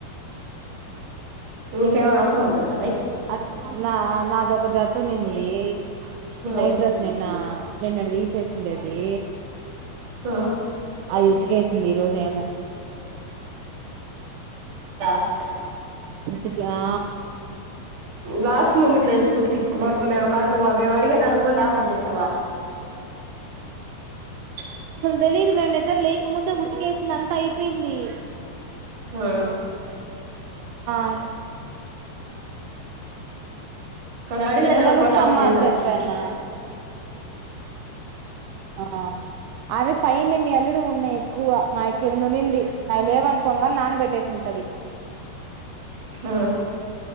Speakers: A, on the right (about 45°); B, on the right (about 85°).
A: నీకేం స <unintelligible>
B: అట్ నా నాదొక జతోన్నింది
A: ఆ
B: నైట్ డ్రెస్ నిన్న నిన్నటి తీసేసినేది
A: ఆ
B: అయ్యి ఉతికేసింది ఈరోజు ఏమో
A: <inaudible>
B: ఉతుకి ఆ
A: లాస్ట్ మూమిట్లో ఎందుకు కుతుకిచ్చుకున్నా మేము కా నువా మేము అడిగేదానికి కూడా లేకుండా చేసావా <unintelligible>
B: తెలిలీదు మేము నిద్దర లేయకముందే ఉతికేసింది అంత అయిపోయింది
A: ఆ <unintelligible>
B: అ <unintelligible>
A: అడిగేదానికి
B: నేను గాని
A: కూడా
B: ఉతుకమ్మా
A: లేకుండా చేసేస్తుంది
B: అని చెప్పాను ఆ అవి పైంది మీ అల్లుడు ఉన్నాయి ఎక్కువ మావి కింద ఉన్నింది నాయి లేవు అనుకోని నానబెట్టేసుంటాది
A: ఆ